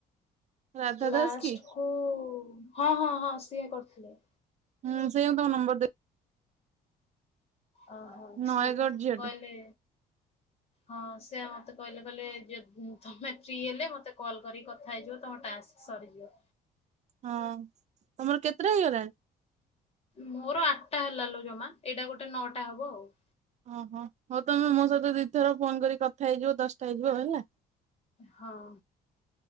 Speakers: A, on the right (about 45°); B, on the left (about 35°).
A: ରାଧା
B: ଲାଷ୍ଟକୁ
A: ଦାସ କି?
B: ହଁ ହଁ ହଁ ସିଏ କରିଥିଲେ
A: ହୁଁ ସେଇୟା କୁ ତମ ନମ୍ବର ଦେ
B: ଓହୋ
A: ନୟାଗଡ଼
B: ସିଏ
A: ଝିଅଟେ
B: କହିଲେ ହଁ ସେ ମତେ କହିଲେ କହିଲେ ଯୋଗୁଁ ତମେ ଫ୍ରି ହେଲେ ମତେ କଲ୍ କରିକି କଥା ହେଇଯିବ ତମ ଟାସ୍କ ସରିଯିବ।
A: ହଁ ତମର କେତେଟା ହେଇଗଲାଣି?
B: ମୋର ଆଠଟା ହେଲା ଲ ଜମା ଏଇଟା ଗୋଟେ ନଅଟା ହବ ଆଉ
A: ଓହୋ ହଉ ତମେ ମୋ ସହିତ ଦି ଥର ଫୋନ କରି କଥା ହେଇଯିବ ଦଶଟା ହେଇଯିବ ହେଲା
B: ହଁ